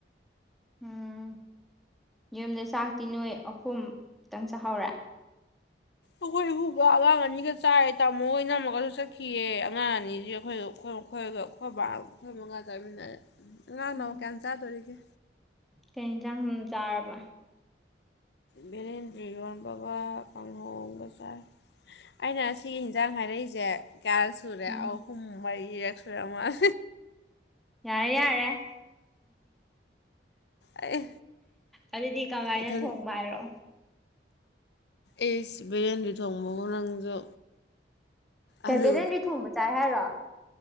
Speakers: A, in the centre; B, on the left.
A: ꯎꯝ ꯌꯨꯝꯗ ꯆꯥꯛꯇꯤ ꯅꯣꯏ ꯑꯍꯨꯝꯛꯇꯪ ꯆꯥꯍꯧꯔꯦ
B: ꯎ ꯑꯩꯈꯣꯏ ꯍꯨꯕ ꯑꯉꯥꯡ ꯑꯅꯤꯒ ꯆꯥꯏꯦ ꯇꯥꯃꯣ ꯍꯣꯏ ꯅꯝꯃꯒꯁꯨ ꯆꯠꯈꯤꯑ ꯑꯉꯥꯡ ꯑꯅꯤꯁꯤ ꯑꯩꯈꯣꯏꯣꯏ ꯃꯈꯣꯏ ꯑꯗꯣ ꯑꯩꯈꯣꯏ ꯕꯥ ꯑꯩꯈꯣꯏ ꯃꯉꯥ ꯆꯥꯃꯤꯟꯅꯔꯦ ꯑꯉꯥꯡꯅ
A: ꯎꯝ
B: ꯑꯃꯨꯛ ꯀꯌꯥꯝ ꯆꯥꯗꯣꯔꯤꯒꯦ
A: ꯀꯩ ꯌꯦꯟꯁꯥꯡ ꯑꯗꯨꯝ ꯆꯥꯔꯕ
B: ꯕꯦ ꯏꯔꯣꯝꯕꯒꯥ ꯀꯪꯍꯧ ꯑꯃꯒ ꯆꯔꯦ ꯑꯩꯅ ꯁꯤꯒꯤ ꯌꯦꯟꯖꯥꯡ ꯍꯥꯏꯔꯛꯏꯁꯦ ꯀꯦꯜꯁꯨꯨꯔꯦ
A: ꯎꯝ
B: ꯑꯥꯎ ꯍꯨꯝꯕꯥꯥꯏ ꯏꯔꯦꯛꯁꯨꯨꯔꯦ ꯃꯥꯜ
A: ꯌꯥꯔꯦ ꯌꯥꯔꯦ ꯎ
B: ꯑꯩ
A: ꯑꯗꯨꯗꯤ ꯀꯃꯥꯏꯅ
B: ꯏꯊꯟ
A: ꯊꯣꯡꯕ ꯍꯥꯏꯔꯣ
B: ꯑꯦꯁ ꯕꯤꯔꯌꯥꯟꯗꯤ ꯊꯣꯡꯕꯒ ꯅꯪꯁꯨ
A: ꯀꯦ
B: ꯑꯂꯨ
A: ꯕꯦꯔꯦꯟꯗꯤ ꯊꯣꯡꯕ ꯆꯥꯏ ꯍꯥꯏꯔꯣ